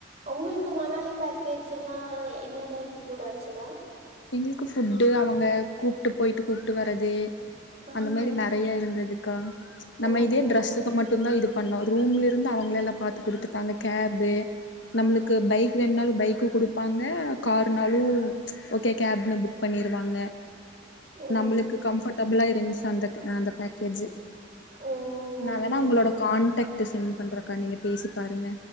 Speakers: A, on the right (about 40°); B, on the left (about 70°).
A: உங்களுக்கு மணாலி பேக்கேஜ் எல்லா என்னென்ன இன்க்ளூட் ஆச்சுடா
B: எங்களுக்கு ஃபுட்டு அவங்க கூப்ட்டு போயிட்டு கூப்ட்டு வரது
A: ஆஹா
B: அந்த மாரி நெறைய இருந்ததுக்கா நம்ம
A: ஓகே
B: இதே ட்ரெஸ்ஸுக்கு
A: ஓ
B: மட்டுந்தா இது பண்ணோ ரூம்ல இருந்து அவங்கள எல்லா பாத்து குடுத்துட்டாங்க கேபு நம்மளுக்கு பைக் வேணுனாலு பைக்கு குடுப்பாங்க காருனாலு ஓக் கே கேப்லா புக் பண்ணிருவாங்க
A: ஓ
B: நம்மளுக்கு கம்ஃபர்ட்டபுளா இருந்துச்ச அந்த அந்த பேக் கேஜு
A: ஓ
B: நா
A: ஓகே
B: வேணா அவ்ங்களோட
A: ஓ
B: கான்டக்ட் சென்ட் பண்றக்கா நீங்க பேசி பாருங்க